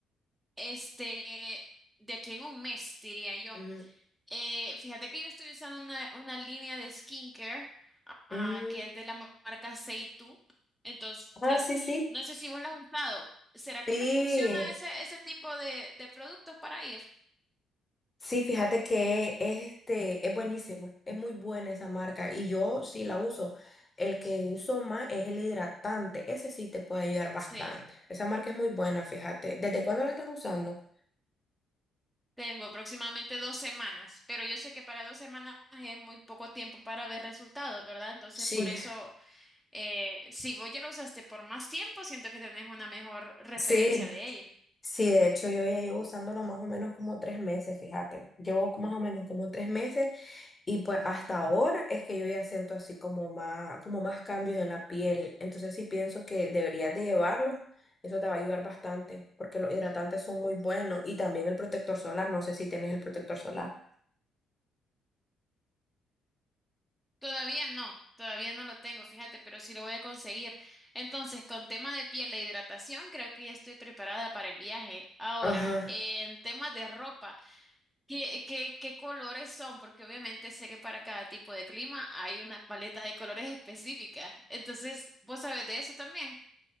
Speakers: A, in the centre; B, on the left.
A: este, de aquí en un mes, diría yo.
B: Ujú.
A: Eh, fíjate que yo estoy usando una, una línea de skincare ah,
B: Mm,
A: que es de la ma- marca Seitu. Entonces,
B: Ah, sí, sí.
A: no sé si vos la has usado. ¿Será que
B: Sí,
A: me funciona ese, ese tipo de, de productos para ir?
B: Sí, fíjate que es, este, es buenísimo, es muy buena esa marca y yo sí la uso. El que uso más es el hidratante, ese sí te puede ayudar bastante.
A: Sí.
B: Esa marca es muy buena, fíjate. ¿Desde cuándo la estás usando?
A: Tengo aproximadamente dos semanas, pero yo sé que para dos semanas es muy poco tiempo para ver resultados, ¿verdad? Entonces,
B: Sí.
A: por eso, eh, si vos ya lo usaste por más tiempo, siento que tenés una mejor referencia
B: Sí,
A: de ello.
B: sí, de hecho yo ya llevo usándolo más o menos como tres meses, fíjate. Llevo más o menos como tres meses Y pues hasta ahora es que yo ya siento así como más, como más cambios en la piel. Entonces sí pienso que deberías de llevarlos. Eso te va a ayudar bastante porque los hidratantes son muy buenos y también el protector solar. No sé si tienes el protector solar.
A: Todavía no, todavía no lo tengo, fíjate, pero sí lo voy a conseguir. Entonces, con tema de piel e hidratación, creo que ya estoy preparada para el viaje. Ahora,
B: Ajá.
A: en temas de ropa. ¿Qué, qué, qué colores son? Porque obviamente sé que para cada tipo de clima hay una paleta de colores específicas. Entonces, ¿vos sabés de eso también?